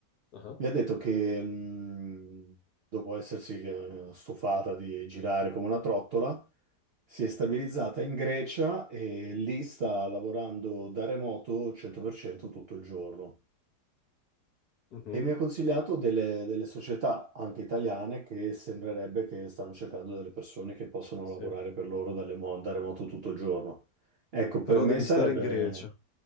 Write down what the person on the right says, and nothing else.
Mi ha detto che mh, dopo essersi eh, stufata di girare come una trottola, si è stabilizzata in Grecia e lì sta lavorando da remoto 100% tutto il giorno.
E mi ha consigliato delle, delle società, anche italiane, che sembrerebbe che stanno cercando delle persone che possono
lavorare per loro dalle mo- da remoto tutto il giorno. Ecco,
per me
sarebbe...